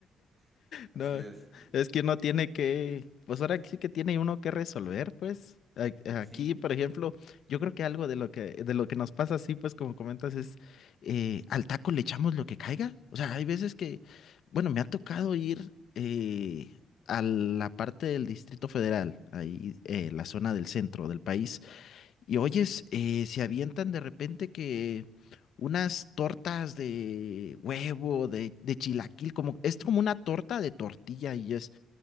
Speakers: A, in the centre; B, on the left.
A: <laughs> Así
B: No,
A: es.
B: es que uno tiene que, pues ahora sí que tiene uno que resolver, pues. A-
A: Sí,
B: Aquí, por ejemplo, yo creo que algo de lo que, de lo que nos pasa así, pues como comentas, es eh, al taco le echamos lo que caiga. O sea, hay veces que, bueno, me ha tocado ir eh, a la parte del Distrito Federal, ahí eh, la zona del centro del país, y oyes, eh, se avientan de repente que unas tortas de huevo, de, de chilaquil, como, es como una torta de tortilla y es,